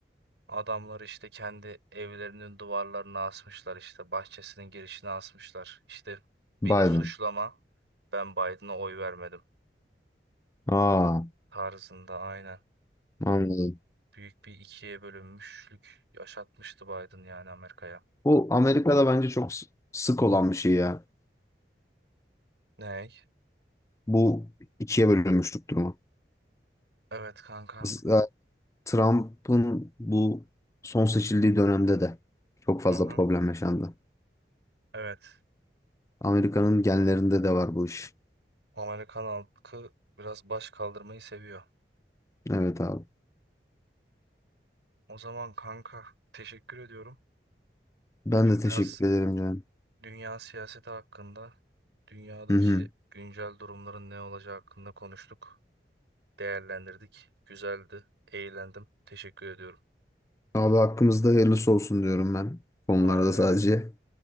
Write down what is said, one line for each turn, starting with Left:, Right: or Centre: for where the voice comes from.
Right: Adamlar işte kendi evlerinin duvarlarına asmışlar işte bahçesinin girişine asmışlar. İşte
Left: Biden.
Right: beni suçlama ben Biden'a oy vermedim
Left: Aa,
Right: tarzında aynen.
Left: anladım.
Right: Büyük bir ikiye bölünmüşlük yaşatmıştı Biden yani Amerika'ya.
Left: Bu Amerika'da bence çok s- sık olan bir şey ya.
Right: Ney?
Left: Bu ikiye bölünmüşlük durumu.
Right: Evet kanka.
Left: Mesela Trump'ın bu son seçildiği dönemde de çok fazla
Right: Hı hı.
Left: problem yaşandı.
Right: Evet.
Left: Amerika'nın genlerinde de var bu iş.
Right: Amerikan halkı biraz baş kaldırmayı seviyor.
Left: Evet abi.
Right: O zaman kanka teşekkür ediyorum.
Left: Ben
Right: Bugün
Left: de teşekkür
Right: biraz
Left: ederim canım.
Right: Dünya siyaseti hakkında, dünyadaki
Left: Hı hı.
Right: güncel durumların ne olacağı hakkında konuştuk, değerlendirdik. Güzeldi, eğlendim. Teşekkür ediyorum.
Left: Abi hakkımızda hayırlısı olsun diyorum ben. Konularda
Right: Aynen öyle.
Left: sadece.